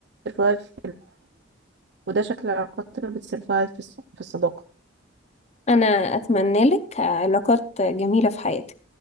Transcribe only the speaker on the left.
أنا أتمنى لك علاقات جميلة في حياتك